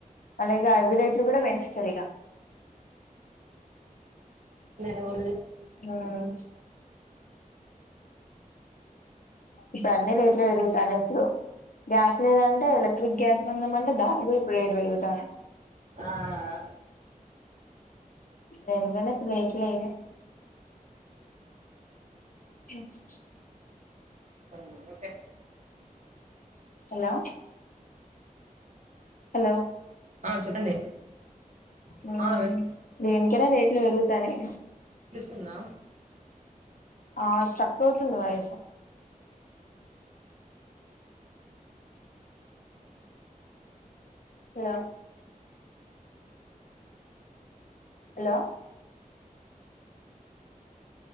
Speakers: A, on the left; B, on the right.
A: వల్లిగా అవి రేట్లు కూడా పెంచుతారు ఇగ
B: ఎవళ్ది
A: హ్మ్ ఇప్పుడు అన్ని రేట్లు పెరుగుతానయ్ ఇప్పుడు గ్యాస్ లేదంటే ఎలక్ట్రిక్ గ్యాస్ కొందాం అంటే దానికి కూడా ఇప్పుడు రేటు పెరుగుతానయ్
B: ఆఆహ
A: దేనికన్నా ఇప్పుడు రేట్లు అయినా హ్మ్
B: ఉహ్మ్ ఓకే
A: హలో హలో
B: ఆ చెప్పండి
A: ఊహ్మ్
B: ఆ
A: దేనికైనా రేట్లు పెరుగుతానయ్
B: సున్నా
A: ఆ స్ట్రక్ అవుతుంది వాయిసు హలో హలో